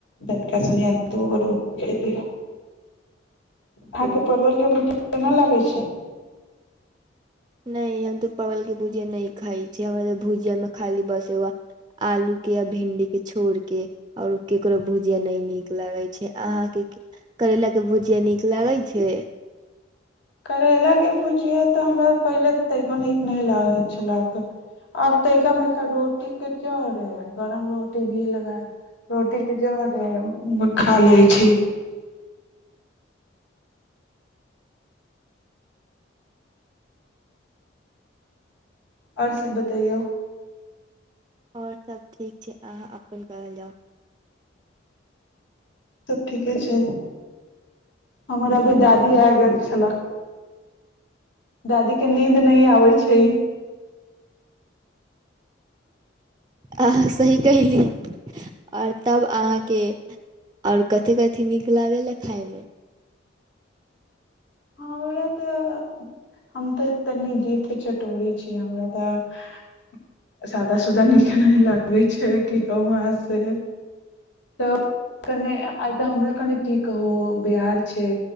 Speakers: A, on the left (about 70°); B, on the right (about 20°).
A: तनिका सुनिय दू गो रोटी खयली ह हँ
B: ओ
A: त परवलके भूजा केना लागै छै
B: नहि हम तऽ परवलके भुजिया नहि खाइ छि हमरा तऽ भुजियामे खायली बस व्हा आलूके आ भिंडीकेँ छोड़ि कऽ आओर ककरो भुजिया नहि नीक लगै छै अहाँके करैलाके भुजिया नीक लागैत छै
A: करैला के भुजिया तऽ हमरा पहिले तै कोनिक नहि लागै छला आब तइका मइका रोटी के जरे गरम रोटी घी लगा रोटी के जरे खए लै छी आओर सब बताइयौ
B: आओर सभ ठीक छै अहाँ अपन कहल जाउ
A: सब ठीके छै हमर अभी दादी आ गेल छला दादी के नींद नहि आबैय छै
B: अहाँ सही कयली आओर तब अहाँके आओर कथी कथि नीक लागैल आ खायमे
A: हमरा तऽ हम तऽ तनि जीव के चटोरी छी हमरा तऽ सादा सुदा नीक नहि लागै छै की कहू आहाँ से त कने आइ तऽ हमरा कने की कहू बिहार छै